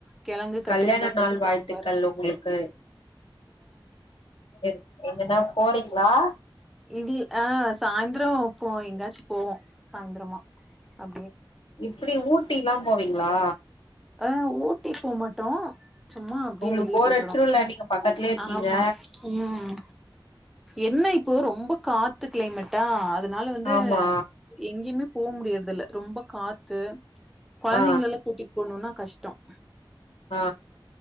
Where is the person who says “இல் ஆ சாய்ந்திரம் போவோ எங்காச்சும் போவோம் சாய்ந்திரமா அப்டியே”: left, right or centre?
Centre